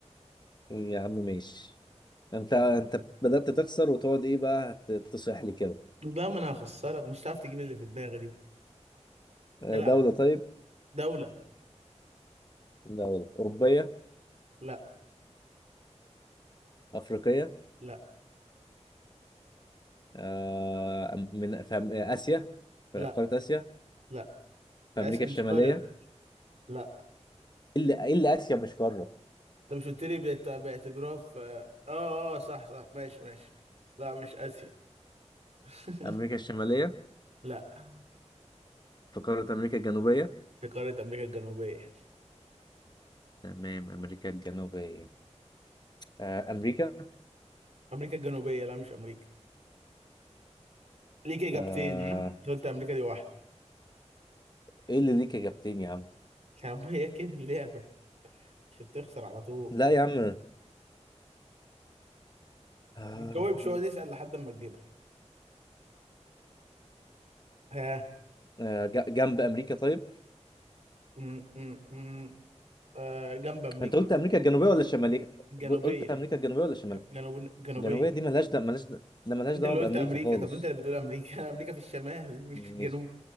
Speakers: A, on the left; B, on the right.
A: يا عم ماشي انت انت بدات تخسر وتقعد ايه بقى ت- تصيح لي كده
B: لا ما انا هخسرك مش هتعرف تجيب اللي في دماغي دي
A: آه،
B: لا
A: دوله طيب
B: دولة
A: دوله اوروبيه
B: لا
A: افريقيه
B: لا
A: آه، أم- من في أم- اسيا
B: لا
A: في قاره اسيا
B: لا
A: في
B: آسيا
A: امريكا الشماليه
B: مش قارة
A: إيه
B: لا
A: اللي إيه اللي اسيا مش قاره
B: انت مش قلت لي بيعت- بيعتبروها في اه اه آه، صح صح ماشي ماشي لا مش آسيا <laughs>
A: امريكا الشماليه
B: لا
A: في قارة أمريكا الجنوبية
B: في قارة أمريكا الجنوبية
A: تمام أمريكا الجنوبية آه أمريكا
B: أمريكا الجنوبية لا مش أمريكا ليك إجابتين
A: آه
B: ها أنت قلت أمريكا دي واحدة <laughs>
A: إيه اللي ليك إجابتين يا عم
B: يا عم هي كده اللعبة مش هتخسر على طول
A: لا يا عم آه
B: ما تجاوبش اقعد اسأل لحد ما تجيبها ها
A: آه، ج- جنب أمريكا طيب
B: م -م -م. آه جنب أمريكا
A: أنت قلت أمريكا الجنوبية ولا الشمالية
B: الجنوبية
A: قلت أمريكا الجنوبية ولا الشمالية
B: ج- جنوب جنوبية
A: الجنوبية دي ملهاش ده ملهاش ده, ده ملهاش
B: انت
A: دعوة
B: اللي
A: بأمريكا
B: قلت امريكا
A: خالص
B: طب انت اللي بتقول امريكا <laughs> امريكا في الشمال مش
A: ماشي
B: في الجنوب